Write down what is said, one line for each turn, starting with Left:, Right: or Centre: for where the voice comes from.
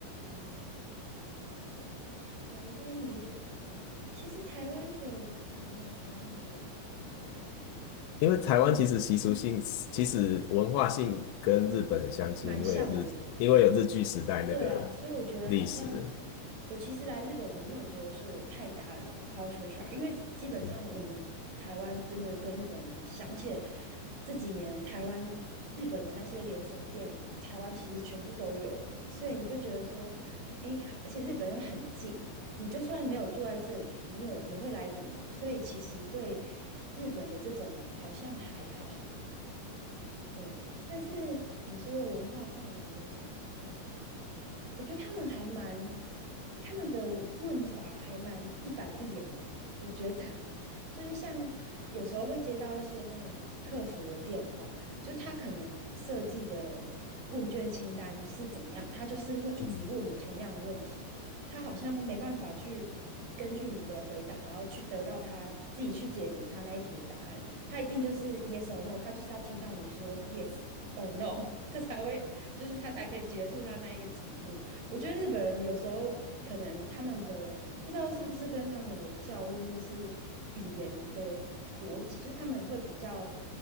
Right: 嗯，台湾也有的。其实台湾的，我想想看，台湾也有的有什么？
Left: 因为台湾其实习俗性，
Right: 嗯，
Left: 其实文化性跟日本很相近，
Right: 蛮像的。
Left: 因为有日，因为有日据时代那个
Right: 对啊，所以我觉得好像
Left: 历史，
Right: 我其实来日本，我没有觉得说有太大的 culture shock，因为基本上我们台湾真的跟日本很像，
Left: 嗯
Right: 而且这几年台湾日本的那些连锁店，台湾其实全部都有，所以你就觉得说，诶，好而且日本又很近，你就算没有住在这里，你有也会来旅游，所以其实对日本的这种好像还好。对，但是你说文化上有没有什么比较？我觉得他们还蛮，他们的问法还蛮一板一眼的。我觉得 <laughs> 就是像有时候会接到一些那种客服的电话，就是他可能设计的问卷清单是怎么样，他就是会一直问你同样的问题，
Left: 嗯，
Right: 他好像没办法去根据你的回答，然后去得到他自己去解读他那一题的答案。他一定就是 yes or no，他就是要听到你说 yes or no，<laughs> 他才会，就是他才可以结束他那一个题目。我觉得日本人有时候可能他们的不知道是不是跟他们的教育或是语言的逻辑，就是他们会比较